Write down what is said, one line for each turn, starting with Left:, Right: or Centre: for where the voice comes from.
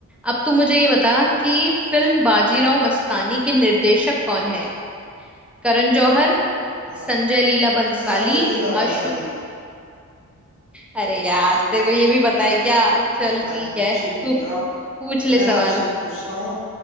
Centre: अब तू मुझे ये बता कि फिल्म बाजीराव मस्तानी के निर्देशक कौन है करण जौहर
Left: हाँ
Centre: संजय लीला भंसाली
Left: संजय लीला बंसाली
Centre: आशु अरे यार तेरे को ये भी पता है क्या चल
Left: हाँ
Centre: ठीक है
Left: जी
Centre: तू
Left: अब
Centre: पूछ ले
Left: मैं
Centre: सवाल
Left: आपसे पूछता हूँ